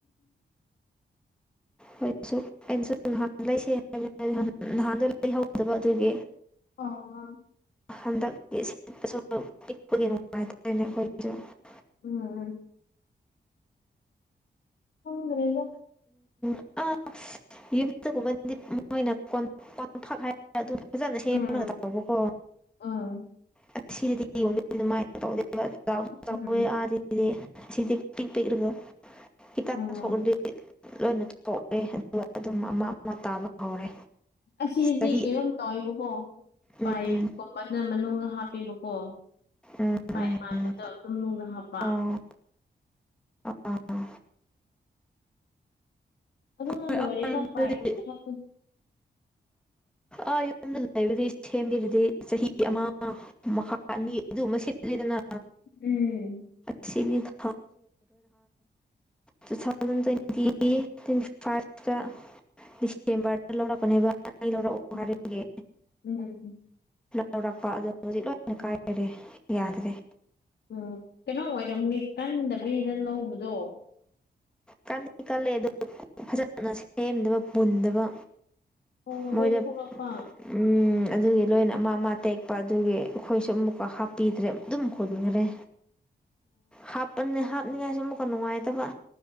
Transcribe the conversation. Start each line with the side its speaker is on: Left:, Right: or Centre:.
Centre: ꯍꯣꯏꯁꯨ ꯑꯩꯅꯁꯨ ꯅꯍꯥꯟ ꯂꯩꯁꯦ ꯍꯥꯏꯕ ꯅꯍꯥꯟꯗꯣ ꯂꯩꯍꯧꯗꯕ ꯑꯗꯨꯒꯤ
Left: ꯑꯣ
Centre: ꯍꯟꯗꯛꯤ ꯁꯤꯠꯄꯁꯨ ꯄꯤꯛꯄꯒꯤ ꯅꯨꯡꯉꯥꯏꯇꯦ <unintelligible>
Left: ꯎꯝ ꯈꯪꯗ꯭ꯔꯦꯗ
Centre: ꯎꯝ ꯑꯥ ꯌꯨꯝꯗꯒꯨꯝꯕꯗꯤ ꯃꯣꯏꯅ <unintelligible> ꯐꯖꯅ ꯁꯦꯝꯅ
Left: ꯎꯝ
Centre: ꯇꯧꯕꯀꯣ
Left: ꯎꯝ
Centre: ꯑꯁꯤ ꯁꯤꯗꯗꯤ <unintelligible> ꯑꯗꯨꯃꯥꯏꯅ <unintelligible>
Left: ꯎꯝ
Centre: ꯄꯤꯛ ꯄꯤꯛꯂꯒ <unintelligible>
Left: ꯎꯝ
Centre: ꯂꯣꯏꯅ ꯁꯣꯛꯑꯦ ꯑꯗꯨꯒ ꯑꯗꯨꯝ ꯑꯃ ꯑꯃ ꯇꯥꯕ ꯍꯧꯔꯦ
Left: ꯑꯁꯤꯗꯗꯤ
Centre: ꯆꯍꯤ
Left: ꯀꯩꯅꯣꯝ ꯇꯧꯋꯦꯕꯀꯣ
Centre: ꯎꯝ
Left: ꯄꯥꯏ ꯀꯨꯝꯕꯅ ꯃꯅꯨꯡꯗ ꯍꯥꯞꯄꯤꯕꯀꯣ
Centre: ꯎꯝ
Left: ꯄꯥꯏꯞ ꯃꯥꯟꯕꯗꯣ
Centre: ꯎꯝ
Left: ꯑꯗꯨꯝ ꯅꯨꯡꯅ ꯍꯥꯞꯄ
Centre: ꯑꯣ ꯑꯥ
Left: ꯑꯗꯨꯂ
Centre: ꯍꯣꯏ
Left: ꯂꯣꯏꯔꯦ <unintelligible>
Centre: ꯑꯗꯨꯗꯤ ꯑꯥ ꯌꯨꯝꯗ ꯂꯩꯕꯗꯤ ꯁꯦꯝꯕꯤꯔꯗꯤ ꯆꯍꯤ ꯑꯃ ꯃꯈꯥ ꯑꯅꯤ ꯑꯗꯨ ꯑꯃ ꯁꯤꯠꯂꯦꯗꯅ
Left: ꯎꯝ
Centre: ꯑꯁꯤ <unintelligible> two thousand twenty twenty five ꯗ ꯗꯤꯁꯦꯝꯕꯥꯔꯗ ꯂꯧꯔꯛꯄꯅꯦꯕ ꯑꯅꯤ ꯂꯧꯔꯛꯑꯣ
Left: ꯎꯝ
Centre: ꯍꯥꯏꯕꯒꯤ
Left: ꯎꯝ
Centre: ꯂꯧꯔꯛꯄ ꯑꯗꯣ ꯍꯧꯖꯤꯛ ꯂꯣꯏꯅ ꯀꯥꯏꯈꯔꯦ ꯌꯥꯗ꯭ꯔꯦ
Left: ꯎꯝ ꯀꯩꯅꯣ ꯑꯣꯏꯔꯝꯅꯤ ꯀꯟꯗꯕꯤꯗ ꯂꯧꯕꯗꯣ
Centre: ꯀꯟꯗꯤ ꯀꯜꯂꯦ ꯑꯗꯨ ꯐꯖꯅ ꯁꯦꯝꯗꯕ ꯄꯨꯟꯗꯕ
Left: ꯑꯣ
Centre: ꯃꯣꯏꯗ
Left: ꯅꯣꯏꯊꯣꯂꯛꯄ
Centre: ꯎꯝ ꯑꯗꯨꯒꯤ ꯂꯣꯏꯅ ꯑꯃ ꯑꯃ ꯇꯦꯛꯄ ꯑꯗꯨꯒꯤ ꯑꯩꯈꯣꯏꯁꯨ ꯑꯃꯨꯛꯀ
Left: ꯑꯣ
Centre: ꯍꯥꯞꯄ ꯄꯤꯗ꯭ꯔꯦ ꯑꯗꯨꯝ ꯍꯨꯟꯈ꯭ꯔꯦ ꯍꯥꯞꯄꯅꯦ ꯍꯥꯄꯅꯤꯡꯉꯥꯏꯁꯨ ꯑꯃꯨꯛꯀ ꯅꯨꯡꯉꯥꯏꯇꯕ